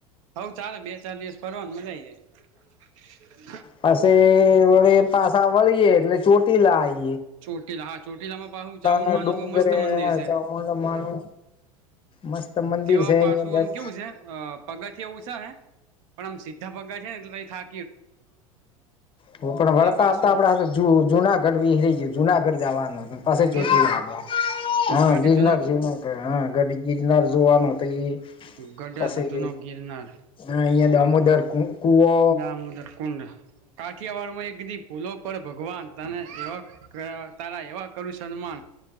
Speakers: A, on the right; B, on the left.
A: હોવ ચાલે બે ચાર દિવસ ફરવાનું મજા આઈ જાય
B: પસી વળી પાસા વળીએ એટલે ચોટીલા આઈ
A: ચોટીલા હા ચોટીલામાં પાહુ ચામુંડ
B: ના
A: માનું
B: ડુંગરે
A: બઉ મસ્ત મંદિર સે
B: ચામુંડમાનું મસ્ત મંદિર
A: તેવા
B: છે અહિયાં
A: પાસું
B: દર
A: આમ કેવું સે અ પગથીયા ઉ છ હે પણ આમ સીધા પગાથિયા ને એટલે પહિ થા
B: હું પણ વળતા
A: એટલે પાછું
B: આવતા આપળા આગળ જુનાગઢ વિહરિ ગ્યું જુનાગઢ જાવાનું હતું ને પસી ચોટીલા
A: ગિરનાર
B: આવ હા
A: ગઢ
B: ગિરનાર
A: જૂનો
B: ગિરનાર હ ગાંડી ગિરનાર જોવાનું હતું એ
A: ગઢ
B: પસી
A: જૂનો ગિરનાર
B: હા ઇયા દામોદર કું-કૂવો
A: દામોદર કુંડ કાઠિયાવાળ માં એકદી ભૂલો પળ ભગવાન તને એવા કયા તારા એવા કરું સન્માન